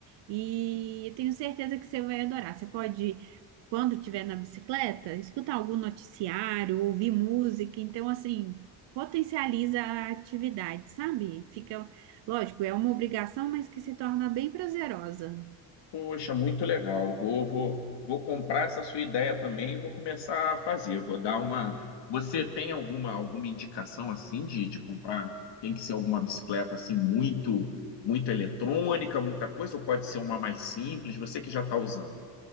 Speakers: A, on the right; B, on the left.
A: E eu tenho certeza que você vai adorar. Você pode, quando estiver na bicicleta, escutar algum noticiário, ouvir música. Então, assim, potencializa a atividade, sabe? Fica, lógico, é uma obrigação, mas que se torna bem prazerosa.
B: Poxa, muito legal. Vou, vou, vou comprar essa sua ideia também e vou começar a fazer. Vou dar uma. Você tem alguma, alguma indicação assim de, de comprar? Tem que ser alguma bicicleta assim muito, muito eletrônica, muita coisa, ou pode ser uma mais simples? Você que já está usando.